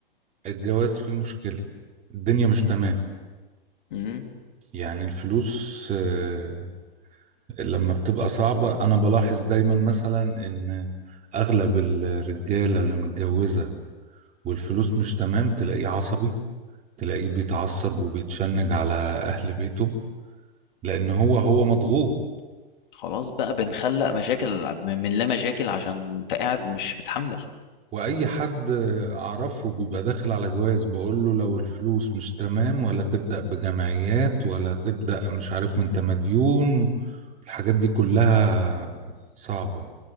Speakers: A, on the right; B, on the left.
A: الجواز فيه مشكلة الدنيا مش تمام
B: امم
A: يعني الفلوس آه، لما بتبقى صعبة أنا بلاحظ دايما مثلا إن أغلب الرجالة اللي متجوزة والفلوس مش تمام تلاقيه عصبي تلاقيه بيتعصب وبيتشنج على أهل بيته لأن هو هو مضغوط
B: خلاص بقى بنخلق مشاكل من من لا مشاكل عشان انت قاعد مش متحمل
A: وأي حد أعرفه بيبقى داخل على جواز بقوله لو الفلوس مش تمام ولا تبدأ بجمعيات ولا تبدأ مش عارف وأنت مديون الحاجات دي كلها صعبة